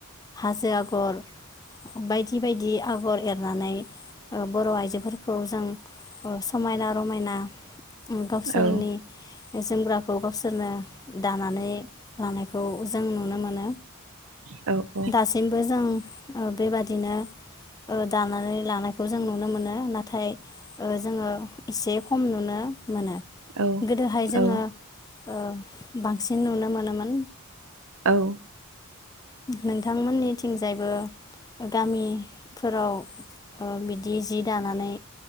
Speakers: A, on the left; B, on the right.
A: हाजो आगर बायदि बायदि आगर एर लानाय ओ बर' आइजोफोर खौ जों ओ समायना रमायना उम गावसोरनि
B: औ
A: जोमग्राखौ गाव सोरनो दानानै लांनायखौ जों नुनो मोन
B: औ
A: दासिमबो जों ओ बेबादिनो ओ दानानै लानायखौ जों नुनो मोनो नाथाय ओ जोङो एसे खम नुनो मोनो
B: औ
A: गोदोहाय जोङो
B: औ
A: ओ बांसिन नुनो मोनोमोन।
B: औ
A: नोंथांमोननिथिंजायबो गामिफोराव ओ बिदि जि दानानै